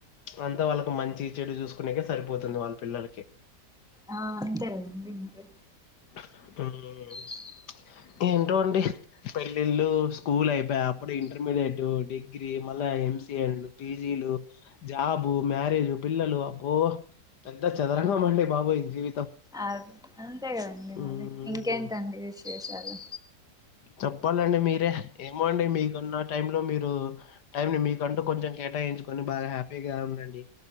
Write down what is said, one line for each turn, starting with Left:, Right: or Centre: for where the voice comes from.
Left: ప్చ్ అంతా వాళ్ళకి మంచి చెడు చూసుకునేకె సరిపోతుంది వాళ్ళ పిల్లలకి
Centre: ఆ అంతే కదండి ఇంప్రె
Left: ఆవ్
Centre: <unintelligible>
Left: ఏంటో అండి పెళ్ళిళ్ళు స్కూల్ అయిపోయా అప్పుడే ఇంటర్మీడియటు, డిగ్రీ మళ్ళా ఎంసి అండ్ పీజీలు, జాబు, మ్యారేజు, పిల్లలు అబ్బో పెద్ద చదరంగం అండి బాబు ఈ జీవితం.
Centre: అబ్ అంతే కదండి
Left: హ్మ్.
Centre: మరి ఇంకేంటండి విశేషాలు.
Left: చెప్పాలండి మీరే ఏమో అండి మీకన్న టైం లో మీరు టైమ్ ని మీకంటూ కొంచెం కేటాయించుకొని బాగా హ్యాపీగా ఉండండి